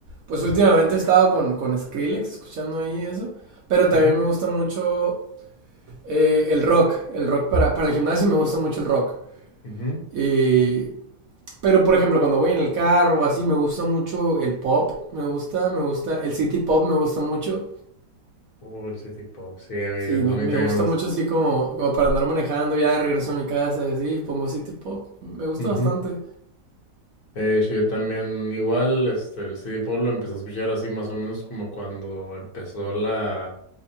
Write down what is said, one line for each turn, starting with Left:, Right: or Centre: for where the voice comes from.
Right: pues últimamente he estado con, con Skrillex, escuchando ahí eso. Pero también
Left: ujú,
Right: me gusta mucho eh, el rock, el rock para, para el gimnasio me gusta mucho el rock.
Left: ujú.
Right: Y, pero por ejemplo, cuando voy en el carro o así, me gusta mucho el pop, me gusta, me gusta, el city pop me gusta mucho.
Left: Oh, el city pop, sí, a mí
Right: Sí,
Left: a
Right: me,
Left: mí
Right: me
Left: también
Right: gusta
Left: me gusta.
Right: mucho así como, como para andar manejando ya de regreso a mi casa y así, pongo city pop. Me gusta
Left: Ujú.
Right: bastante.
Left: De hecho, yo también, igual, este, el CD Pop lo empecé a escuchar así más o menos como cuando empezó la,